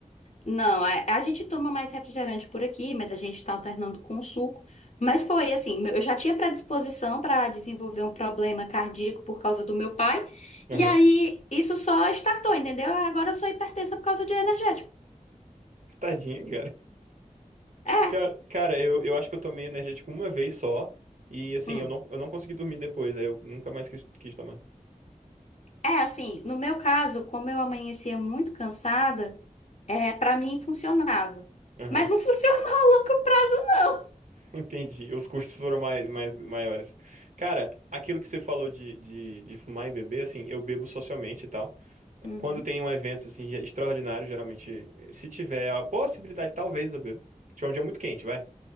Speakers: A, on the left; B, on the right.
A: Não, a, a gente toma mais refrigerante por aqui, mas a gente tá alternando com suco. Mas foi assim, eu já tinha predisposição para desenvolver um problema cardíaco por causa do meu pai,
B: <laughs>
A: e
B: Aham.
A: aí isso só startou, entendeu? Agora eu sou hipertensa por causa de energético.
B: Tadinho, cara.
A: É,
B: Cara, cara, eu, eu acho que eu tomei energético uma vez só. E assim,
A: hum.
B: eu não, eu não consegui dormir depois, aí eu nunca mais quis, quis tomar.
A: É assim, no meu caso, como eu amanhecia muito cansada, é, para mim funcionava.
B: Aham.
A: Mas não <laughs> funcionou a longo prazo,
B: <laughs> Entendi. Os custos foram mais, mais maiores. Cara, aquilo que você falou de, de, de fumar e beber, assim, eu bebo socialmente e tal.
A: não. Uhum.
B: Quando tem um evento assim ge- extraordinário, geralmente, eh, se tiver a possibilidade, talvez eu bebo. Se tiver um dia muito quente, vai.